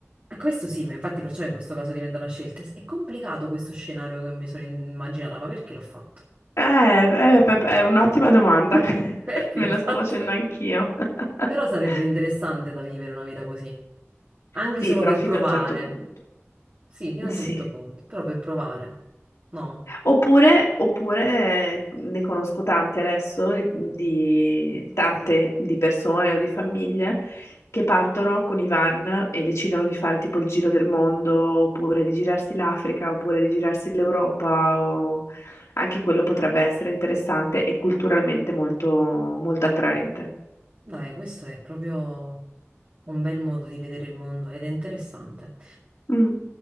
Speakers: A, on the right; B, on the left.
A: Questo sì, ma infatti perciò in questo caso diventa una scelta. È complicato questo scenario che mi sono immaginata, ma perché l'ho fatto?
B: Eh, eh, pe- è un'ottima domanda,
A: <laughs>
B: <laughs>
A: Perché
B: me
A: l'ho
B: la
A: fatto?
B: sto facendo anch'io. <laughs>
A: Però sarebbe interessante da vivere una vita così, anche
B: Sì,
A: solo
B: però
A: per
B: fino
A: provare.
B: a un certo punto.
A: Sì, fino a
B: Sì.
A: un certo punto, però per provare. No,
B: Oppure, oppure ne conosco tanti adesso, di, di- tante di persone o di famiglie che partono con i van e decidono di fare tipo il giro del mondo, oppure di girarsi l'Africa, oppure di girarsi l'Europa, o... anche quello potrebbe essere interessante e culturalmente molto, molto attraente.
A: dai, questo è proprio un bel modo di vedere il mondo ed è interessante.
B: Mm.